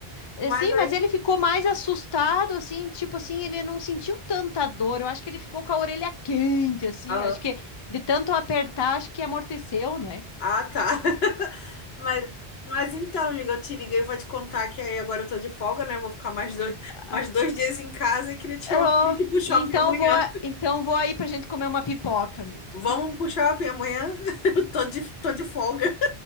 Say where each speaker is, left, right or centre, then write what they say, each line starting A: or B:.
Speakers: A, on the left; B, on the left.
A: É,
B: Mas
A: Sim,
B: aí.
A: mas ele ficou mais assustado, assim, tipo assim, ele não sentiu tanta dor. Eu acho que ele ficou com a orelha quente, assim.
B: Aham.
A: Acho que de tanto apertar, acho que amorteceu, né?
B: Ah, tá. <laughs> Mas, mas então, amiga, eu te liguei, vou te contar que aí agora eu tô de folga, né? Vou ficar mais dois, <laughs>
A: Ah,
B: mais dois dias em casa e queria te chamar
A: eu-
B: pra gente ir pro shopping
A: então
B: amanhã.
A: vou, então vou aí pra gente comer uma pipoca, amiga.
B: Vamos pro shopping amanhã? <laughs> Eu tô de, tô de folga.